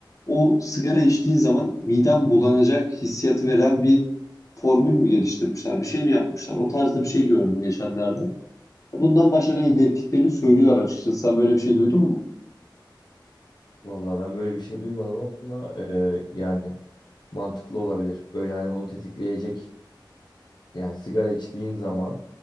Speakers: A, on the left (about 40°); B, on the left (about 60°).
A: o sigara içtiğin zaman miden bulanacak hissiyatı veren bir formül mü geliştirmişler bir şey mi yapmışlar o tarzda bir şey gördüm geçenlerde. Bundan başarı elde ettiklerini söylüyor açıkçası sen böyle bir şey duydun mu?
B: Vallahi ben böyle bir şey duymadım ama e, yani mantıklı olabilir. Böyle hani onu tetikleyecek yani sigara içtiğin zaman